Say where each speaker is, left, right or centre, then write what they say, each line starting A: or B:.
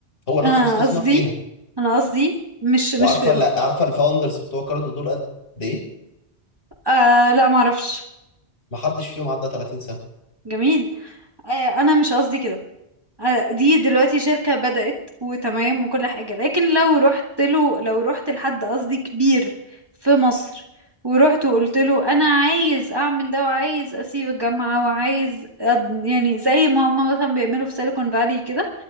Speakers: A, on the left (about 60°); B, on the right (about 20°).
A: هو نفسه
B: انا
A: استثمر
B: قصدي
A: فيها
B: انا قصدي مش مش
A: وعارفه
B: في...
A: لا عارفه الفاوندرز بتوع كاردو دول قد ايه
B: آه لا ما اعرفش
A: ما حدش فيهم عدى 30 سنة
B: جميل آه انا مش قصدي كده آه دي دلوقتي شركة بدأت وتمام وكل حاجة لكن لو رحت له لو رحت لحد قصدي كبير في مصر ورحت وقلت له انا عايز اعمل ده وعايز اسيب الجامعة وعايز أد... يعني زي ما هم مثلا بيعملوا في سيليكون فالي كده